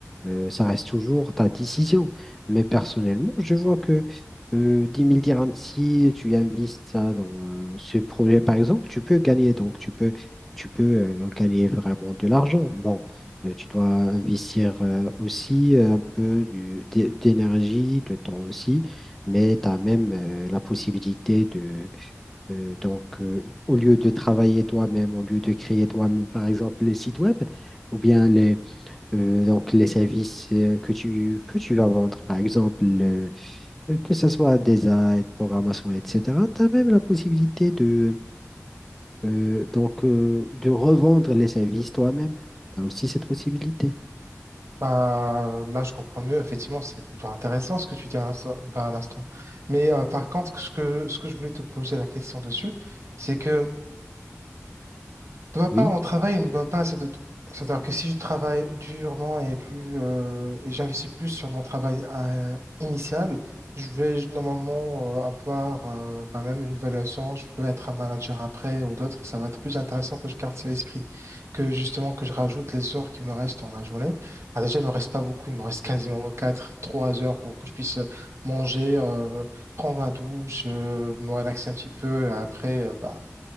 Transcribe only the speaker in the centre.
Euh, ça reste toujours ta décision. Mais personnellement, je vois que euh, 10 000 dirhams, si tu investis ça dans euh, ce projet, par exemple, tu peux gagner. Donc, tu peux, tu peux euh, gagner vraiment de l'argent. Bon. Euh, tu dois investir euh, aussi euh, un peu du- d'é- d'énergie, de temps aussi, mais tu as même euh, la possibilité de, euh, donc, euh, au lieu de travailler toi-même, au lieu de créer toi-même, par exemple, les sites web, ou bien les, euh, donc, les services euh, que tu, que tu vas vendre, par exemple, euh, que ce soit design, programmation, etc., tu as même la possibilité de, euh, donc, euh, de revendre les services toi-même. Tu as aussi cette possibilité.
Oui.